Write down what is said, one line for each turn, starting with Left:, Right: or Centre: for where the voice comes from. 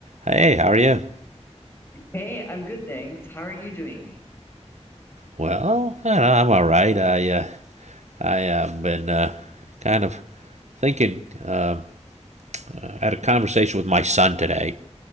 Right: Hey, how are you?
Left: Hey, I'm good, thanks. How are you doing?
Right: Well, I don't know, I'm all right. I uh, I have uh, been uh, kind of thinking. um I had a conversation with my son today,